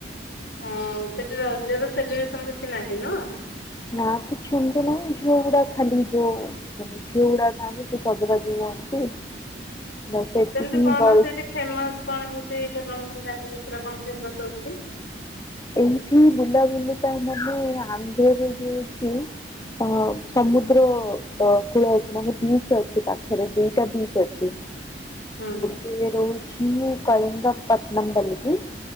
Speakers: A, on the left (about 80°); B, on the left (about 20°).
A: ହଁ ସେଠି ରଜ ର ସେଲିବ୍ରେସନ କିଛି ନାହିଁ ନ।
B: ନା କିଛି ଏମତି ନାହିଁ ଝିଅଗୁଡା ଖାଲି ଯୋଉ। ଝିଅଗୁଡା ଥାନ୍ତି ସେ ସଜବାଜ ହୁଅନ୍ତି।
A: <unintelligible>
B: ବାସ୍ ଏତିକି
A: ସେମିତି
B: ହିଁ
A: କଣ
B: ଦୋଳି
A: ସେଇଠି ଫେମସ କଣ ଏମତି ଭଲ ମନ୍ଦ ଯାନି ଯାତରା କଣ ଫେମସ ଅଛି
B: ଏଇଠି ବୁଲାବୁଲି ପାଇଁ ମାନେ ଆନ୍ଧ୍ରାରେ ଯୋଉ ଅଛି ଅ ସମୁଦ୍ର କୂଳ ଅଛି ମାନେ ବିଚ ଅଛି ପାଖରେ ଦିଟା ବିଚ୍ ଅଛି।
A: ହୁଁ।
B: ଟିଏ ରହୁଚି କଳିଙ୍ଗପଟଣମ୍ ବଲିକି।